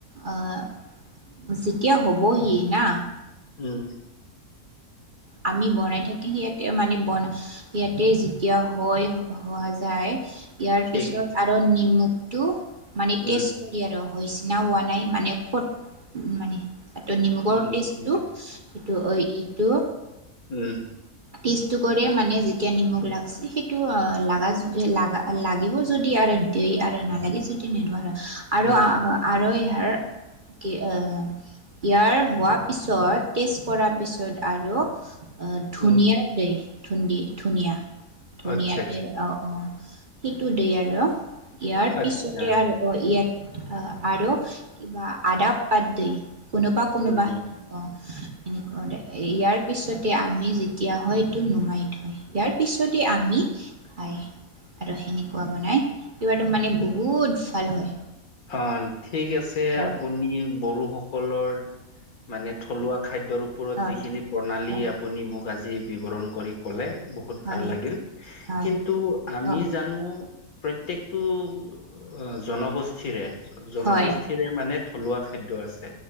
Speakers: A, on the right; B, on the left.
A: অ' যেতিয়া হবহি না
B: হুম
A: আমি বনাই থাকি সিয়াতে মানে বনা সেইয়াতে যেতিয়া হয় হোৱা যায় ইয়াৰ
B: ঠিক
A: পিছত
B: আছে,
A: আৰু নিমখটো মানে
B: হুম
A: টেষ্ট কৰি আৰু হৈছে। না হোৱা নাই মানে কট মানে এইটো নিমখৰ
B: হুম
A: টেষ্টটো
B: ঠিক
A: এইটো ইটো
B: উম।
A: টেষ্টটো কৰে মানে যেতিয়া নিমখ লাগিছে, সেইটো লাগা লাগা লাগিব যদি আৰু দি আৰু নালাগি যদি নিদো আৰু আৰু
B: হুম
A: আৰু ইয়াত আৰু কি অ' ইয়াৰ হোৱা পিছত টেষ্ট কৰাৰ পিছত আৰু ধুনিয়া
B: হুম
A: দেই ধ ধুনিয়া ধুনিয়া
B: আচ্ছা আচ্ছা
A: দেই অ' অ' সেইটো দেই আৰু ইয়াৰ
B: আচ্ছা,
A: পিছতে আৰু অ' ইয়াত অহ আৰু কিবা আদা পাত দি কোনোবা কোনোবা
B: হুম
A: হেনে অহ' এনেকুৱা ইয়াৰ পিছতে আমি যে তিয়া হয় এইটো নুমাই থয় ইয়াৰ পিছতে আমি খাই। আৰু সেনেকুৱা বনাই কিবাটো মানে বহুত ভাল হয়।
B: অ', ঠিক আছে
A: অ
B: আপুনি বড়োসকলৰ মানে থলুৱা
A: অ
B: খাদ্যৰ ওপৰত
A: আহ
B: যিখিনি প্ৰণালী
A: অ',
B: আপুনি মোক আজি জি বিৱৰণ কৰি ক'লে বহুত
A: হয়,
B: ভাল লাগিল
A: হয়,
B: কিন্তু আমি
A: অ',
B: জানো প্ৰত্যেকটো অ', জনগোষ্ঠীৰে জনগোষ্ঠীৰে
A: হয়,
B: মানে থলুৱা খাদ্য আছে,